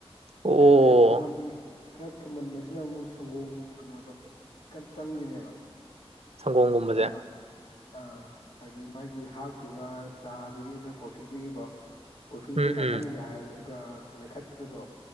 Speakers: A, on the right; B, on the left.
A: ꯑꯣ
B: ꯍꯥꯏꯗꯤ ꯈꯔ ꯊꯨꯝꯟ ꯈꯔ ꯊꯨꯝꯃꯟꯕꯁꯤꯅ ꯑꯃꯨꯛ ꯁꯪꯒꯣꯝ ꯀꯩꯅꯣꯗꯣ ꯈꯔ ꯆꯪꯗꯣꯏꯅꯦꯕ꯫
A: ꯁꯪꯒꯣꯝꯒꯨꯝꯕꯁꯦ
B: ꯈꯪꯕ꯭ꯔ ꯑꯥ ꯍꯥꯏꯗꯤ ꯃꯥꯒꯤ ꯍꯥꯞꯈꯤꯕ ꯆꯥꯗꯨꯒꯤ ꯅꯠꯇ꯭ꯔꯒ ꯀꯣꯐꯤꯗꯨꯒꯤꯀꯣ꯫ ꯀꯣꯐꯤ
A: ꯎꯝ
B: ꯈ ꯌꯥꯒꯟꯒꯦ
A: ꯎꯝ
B: ꯍꯥꯏꯔꯗꯨꯒ ꯂꯩꯈꯠꯄꯗꯣ